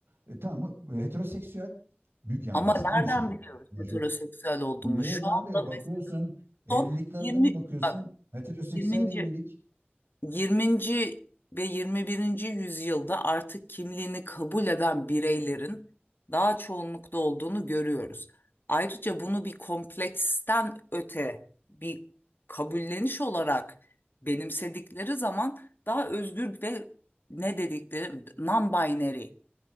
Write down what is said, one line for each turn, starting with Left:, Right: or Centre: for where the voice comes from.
Right: e, tamam mı? E, Heteroseksüel büyük yani
Left: Ama
Right: baskın
Left: nereden
Right: bir şekilde
Left: biliyoruz
Right: major
Left: heteroseksüel olduğunu?
Right: Biliyoruz
Left: Şu
Right: abi
Left: anda
Right: bakıyorsun
Left: mesela
Right: evliliklerden
Left: son 20
Right: bakıyorsun
Left: bak
Right: heteroseksüel
Left: 20.
Right: evlilik.
Left: 20. ve 21. yüzyılda artık kimliğini kabul eden bireylerin daha çoğunlukta olduğunu görüyoruz. Ayrıca bunu bir kompleksten öte bir kabulleniş olarak benimsedikleri zaman daha özgür ve ne dedikleri non-binary